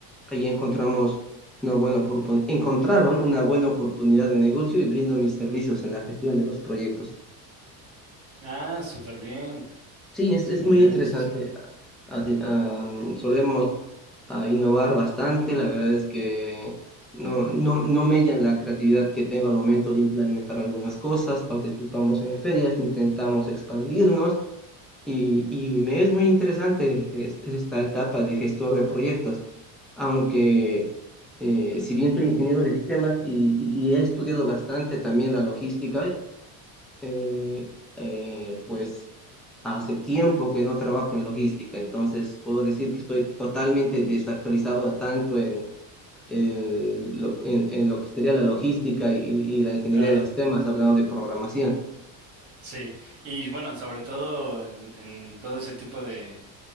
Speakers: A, in the centre; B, on the right.
A: ahí encontramos una buena oportunidad, encontraron una buena oportunidad de negocio y brindo mis servicios en la gestión de los proyectos.
B: Ah, súper bien,
A: Sí, es,
B: súper
A: es muy
B: bien.
A: interesante.
B: es una-
A: Así, am, solemos ah, innovar bastante, la verdad es que... No, no, no mella la creatividad que tengo al momento de implementar algunas cosas, participamos en ferias, intentamos expandirnos, Y, y me es muy interesante es- esta etapa de gestor de proyectos, aunque eh, si bien soy ingeniero de sistemas y, y- y he estudiado bastante también la logística, eh, eh, pues hace tiempo que no trabajo en logística, entonces puedo decir que estoy totalmente desactualizado tanto eh, lo- en, en lo que sería la logística y, y- y la ingeniería
B: Claro,
A: de sistemas, hablando de programación.
B: sí. Y bueno, sobre todo en, en todo ese tipo de...